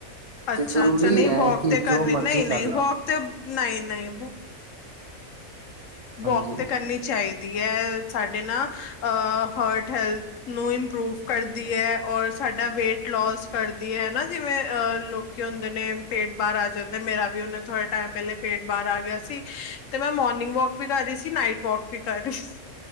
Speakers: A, on the right (about 70°); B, on the left (about 70°).
A: ਤੇ
B: ਅੱਛਾ-ਅੱਛਾ
A: ਜ਼ਰੂਰੀ
B: ਨਈ
A: ਹੈ
B: ਵੋਕ
A: ਕਿ
B: ਤੇ
A: ਜੋ
B: ਕਰਨੀ
A: ਮਰਜ਼ੀ
B: ਨਈ-ਨਈ
A: ਕਰ ਲਓ
B: ਵੋਕ ਤੇ ਨਈ-ਨਈ ਵੋਕ
A: ਹਾਂਜੀ।
B: ਤੇ ਕਰਨੀ ਚਾਹੀਦੀ ਐ ਸਾਡੇ ਨਾ ਅ ਹਾਰਟ ਹੈਥਲ ਨੂੰ ਇੰਪਰੂਵ ਕਰਦੀ ਐ ਔਰ ਸਾਡਾ ਵੇਟ ਲੋਸ ਕਰਦੀ ਐ ਹਨਾ, ਜਿਵੇਂ ਅ ਲੋਕੀ ਹੁੰਦੇ ਨੇ ਪੇਟ ਬਾਰ ਆ ਜਾਂਦਾ ਤੇ ਮੇਰਾ ਵੀ ਉਹਨੇ ਥੋੜੇ ਟਾਈਮ ਪਹਿਲੇ ਪੇਟ ਬਾਰ ਆ ਗਿਆ ਸੀ ਤੇ ਮੈਂ ਮੋਰਨਿੰਗ ਵੋਕ ਵੀ ਕਰ ਰੀ ਸੀ, ਨਾਈਟ ਵੋਕ ਵੀ ਕਰ ਰੀ ਸੀ।